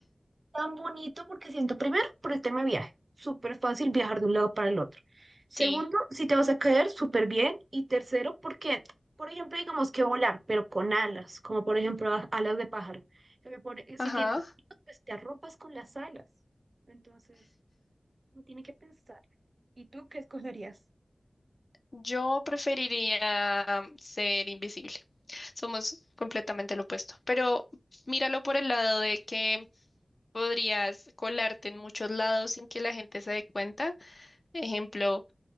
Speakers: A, on the right; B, on the left.
A: tan bonito porque siento, primero, por el tema de viaje, súper fácil viajar de un lado para el otro. Segundo,
B: Sí,
A: si te vas a caer, súper bien. Y tercero, porque, por ejemplo, digamos que volar, pero con alas, como por ejemplo a- alas de pájaro. que me pone- Si
B: ajá.
A: tienes, frío, pues te arropas con las alas. Entonces, no tiene que pensar. ¿Y tú qué escogerías?
B: Yo preferiría ser invisible. Somos completamente lo opuesto. Pero míralo por el lado de que podrías colarte en muchos lados sin que la gente se dé cuenta. Ejemplo,